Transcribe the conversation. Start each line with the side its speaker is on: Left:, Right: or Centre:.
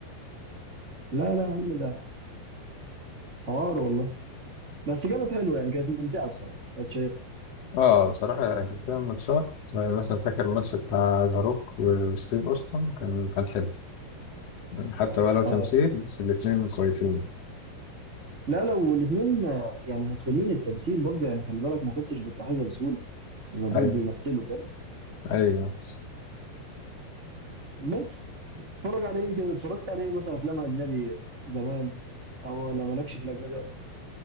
Right: لا لا يا عم ده حوار والله بس كانت حلوة يعني كانت ممتعة بصراحة كانت شيقة
Left: اه بصراحة يعني فيها ماتشات زي مثلا فاكر الماتش بتاع ذا روك وستيف اوستن كان كان حلو حتى بقى لو تمثيل
Right: اه
Left: بس الاتنين كويسين
Right: لا لو الاثنين يعني متقنين التمثيل برضه يعني خلي بالك ما كنتش بتلاحظها بسهولة ان دول
Left: ايوه
Right: بيمثلوا فاهم
Left: ايوه
Right: بس اتفرج على ايه كده اتفرجت على ايه مثلا افلام اجنبي زمان او ولا مالكش في الاجنبي اصلا